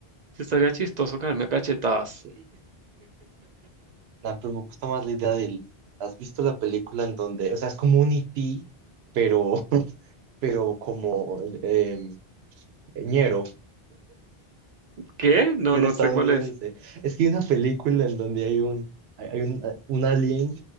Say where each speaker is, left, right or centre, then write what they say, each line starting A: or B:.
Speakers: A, on the right (about 55°); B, on the right (about 80°).
A: Sí, estaría chistoso caerme a cachetadas.
B: Eh, nah, pero me gusta más la idea del. ¿Has visto la película en donde, o sea, es como un E.T., pero, <laughs> pero como em, ñero,
A: ¿Qué? No,
B: pero
A: no
B: estadounidense.
A: sé cuál es.
B: Es que hay una película en donde hay un, hay hay un, un alien